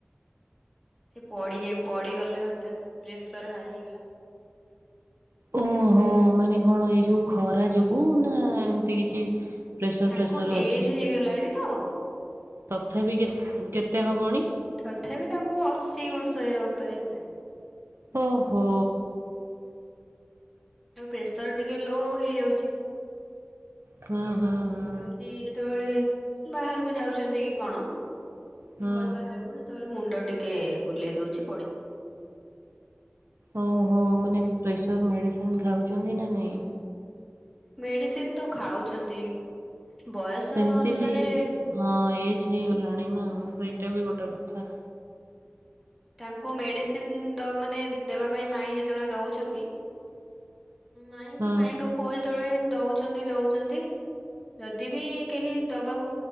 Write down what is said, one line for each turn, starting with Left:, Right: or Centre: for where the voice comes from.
Centre: ପଡି ଯାଇ ପଡିିଗଲେ ହଠତ୍ ପ୍ରେସର ହାଇ ହେଇଗଲା
Right: ଓହୋ, ମାନେ କଣ ଏଇ ଯୋଉ ଖରା ଯୋଗୁ ନାଁ ଏମ୍ତି କିଛି। ପ୍ରେସର
Centre: ତାଙ୍କୁ
Right: ଫ୍ରେସର
Centre: ଏଜ
Right: ଅଛି
Centre: ହେଇଗଲାଣି ତ
Right: ତଥାପି କେ କେତେ ହବଣି
Centre: ତଥାପି ତାଙ୍କୁ ଅଶୀ ବର୍ଷ ହେ ଉପରେ ହେଲାଣି
Right: ଓହୋ
Centre: ତ ପ୍ରେସର ଟିକେ ଲୋ ହେଇଯାଉଛି ତ
Right: ହୁଁ ହୁଁ ହୁଁ
Centre: ଏମ୍ତିି ସେତେବେଳେ ବାହାରକୁ ଯାଉଛନ୍ତି କଣ
Right: ହୁଁ।
Centre: ଘରୁ ବାହାରକୁ ସେତେବେଳେ ମୁଣ୍ଡ ଟିକେ ବୁଲେଇ ଦଉଚି ପଡି
Right: ଓହୋ ଓହୋ ମାନେ ପ୍ରେସର ମେଡ଼ିସିନ ଖାଉଛନ୍ତି ନା ନାଇଁ
Centre: ମେଡିସିନ ତ ଖାଉଛନ୍ତି ବୟସ
Right: ସେମିତି
Centre: ଅନୁସାରେ।
Right: ବି ହଁ ଏଜ ହେଇଗଲାଣି ନାଁ ସେଇଟା ବି ଗୋଟେ କଥା
Centre: ତାଙ୍କୁ ମେଡିସିନ ଦଅ ମାନେ ଦେବା ପାଇଁ ମାଇଁ ଯେତେବେଳେ ଦଉଛନ୍ତି। ମାଇଁକି
Right: ହଁ
Centre: ମାଇଁଙ୍କ ପୁଅ ଯେତେବେଳେ ଦଉଚନ୍ତି ଦଉଚନ୍ତି। ଯଦି ବି କେହି ଦବାକୁ